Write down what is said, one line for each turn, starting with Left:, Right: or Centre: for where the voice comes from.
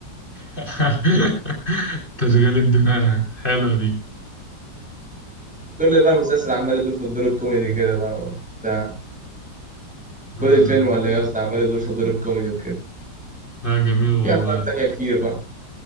Left: <laughs> تشغيل الدماغ حلوة دي
Centre: كل بقى المسلسل عمال يدور في الدور الكوميدي كده بقى وبتاع
Left: مم.
Centre: كل الفيلم ولا إيه قصدي عمال يدور في الدور الكوميدي وكده
Left: لا جميل
Centre: في
Left: والله
Centre: افلام تانية كتير بقى